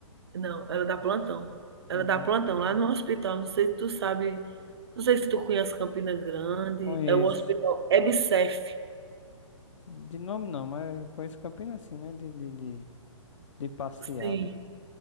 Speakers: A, on the right (about 50°); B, on the left (about 65°).
A: Não, ela dá plantão. Ela
B: Uhum.
A: dá plantão lá no hospital, não sei se tu sabe, não sei se tu conhece Campina Grande,
B: Conheço.
A: é o hospital EBSERH.
B: De nome não, mas eu conheço Campina assim, né? De, de, de, de passear,
A: Sim,
B: né?